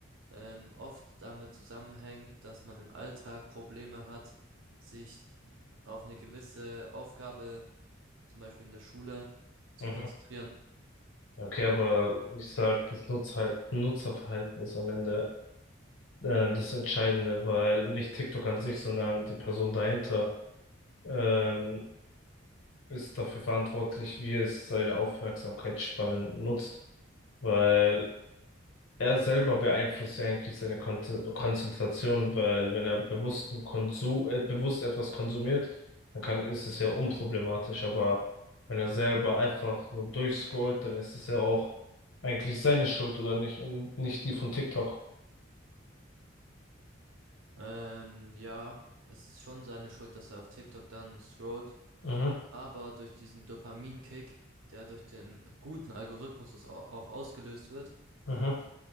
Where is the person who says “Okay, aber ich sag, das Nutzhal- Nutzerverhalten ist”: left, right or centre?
Left